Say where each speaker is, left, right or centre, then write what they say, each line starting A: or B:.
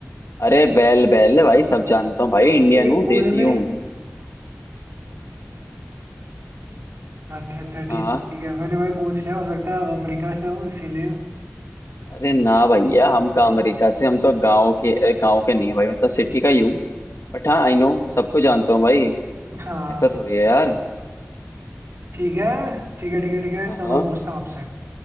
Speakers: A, on the left (about 80°); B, on the right (about 60°).
A: अरे बैल बैल भाई सब जानता हूँ भाई
B: अब
A: इंडियन
B: एक
A: हूँ
B: कुएं
A: देसी
B: में
A: हूँ
B: अच्छा अच्छा
A: हाँ
B: ठीक
A: हाँ।
B: ठीक है मैंने भाई पूछ लिया हो सकता है आप अमेरिका से हो इसीलिए
A: अरे ना भैया हम का अमेरिका से हम तो गांव के अ, गांव के नहीं है भाई मतलब सिटी का ही हूँ बट हाँ आई नो सबको जानता हूँ भाई
B: हाँ
A: ऐसा थोड़ी है यार
B: ठीक है ठीक है ठीक है ठीक है
A: हाँ
B: तो
A: हाँ
B: मैं पूछता हूँ आपसे